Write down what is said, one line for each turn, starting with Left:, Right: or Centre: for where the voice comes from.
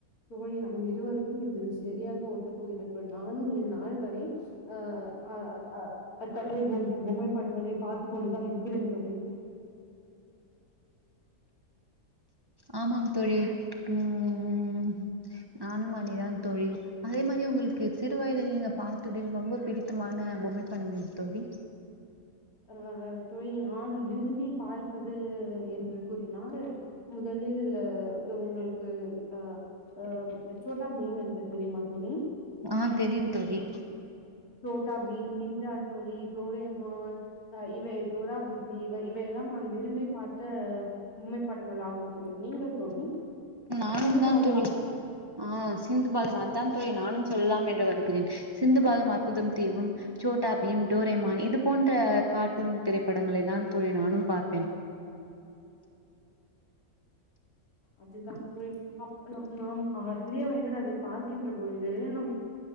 Left: தோழி நம் இருவருக்கும் இதில் சரியாக ஒத்து போகிறது நானும் இந்நாள் வரை அ அ அ அ சொல் பொம் பொம்மைப்படங்களை பார்த்து கொண்டுதான் இருக்கிறேன் தோழி
Right: ஆமாம் தோழி ம் நானும் அதேதான் தோழி அதே மாரி உங்களுக்கு சிறு வயதில் நீங்க பாார்த்ததில் ரொம்ப பிடித்தமான பொம்மை படம் எது தோழி
Left: அ தோழி நான் விரும்பி பார்ப்பது என்று கூறினால் முத லில் உங்களுக்கு அ அ சோட்டா பீம் இருந்தது தெரியுமா தோழி
Right: ஆஹ் தெரியும் தோழி
Left: Chhota Bheem, ninja Hattori, Doraemon இவை டோராபுஜ்ஜி இவை இவை எல்லாம் நான் விரும்பி பார்த்த பொம்மைப்படங்கள் ஆகும் தோழி. நீங்கள் தோழி
Right: நானும்தான்
Left: சிந்து பாலு
Right: தோழி ஆ சிந்து பாத்தும் அதான் தோழி நானும் சொல்லலாம் என்று வருகிறேன். சிந்து பாத்தும் அற்புதம் தீவும், சோட்டாபீம் டோரேமான் இது போன்ற கார்ட்டூன் திரைப்படங்களைதான் தோழி நானும் பார்ப்பேன்.
Left: அதுதான் தோழி அ நம் நாம் அஹ சிறிய வயதில் அதை பார்க்கின்ற பொழுது நம்